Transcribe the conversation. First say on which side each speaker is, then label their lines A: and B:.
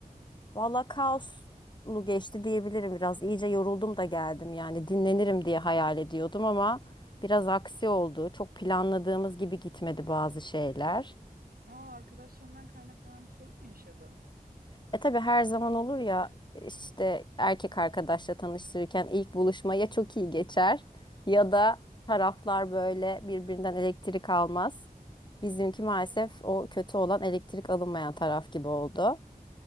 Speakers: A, on the left; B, on the right.
A: vallahi kaoslu geçti diyebilirim biraz. İyice yoruldum da geldim yani. Dinlenirim diye hayal ediyordum ama biraz aksi oldu. Çok planladığımız gibi gitmedi bazı şeyler.
B: Aa, arkadaşlarından kaynaklanan bir sorun mu yaşadın?
A: E tabii her zaman olur ya işte erkek arkadaşla tanıştırırken ilk buluşma ya çok iyi geçer ya da taraflar böyle birbirinden elektrik almaz. Bizimki maalesef o kötü olan elektrik alınmayan taraf gibi oldu.